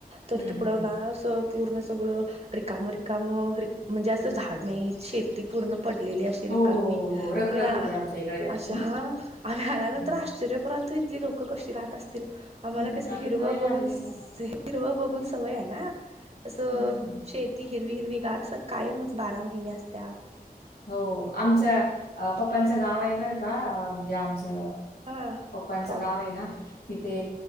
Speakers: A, on the right (about 40°); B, on the left (about 80°).
A: तर
B: हम्म
A: तिकडं
B: हम्म.
A: ना असं... पूर्ण सगळं रिकाम रिकाम म्हणजे असं झाड नाहीत शेती पूर्ण पडलेली आहे...
B: हो
A: क
B: हो हो हो रखरख
A: म्हण
B: होते आमच्या इकडे जास्त
A: अशा
B: ना
A: हा... आम्ही आल्यानंतर
B: हम्म.
A: आश्चर्य कराल त इथली लोकं कशी राहत असतील.. आम्हाला
B: हम्म,
A: कस
B: आता
A: हिरवा
B: सवय लागली
A: बघून
B: आहे त्यांना
A: हिरवा बघून सवय आहे ना असं
B: हम्म
A: शेत... ती हिरवी हिरवी गारस कायमच बारा महिन्या असत...
B: हो आमच पप्पांचं गाव आहे बर का म्हणजे आमचं...
A: हा...
B: पप्पांचं
A: प्रॉ
B: गाव आहे ना तिथे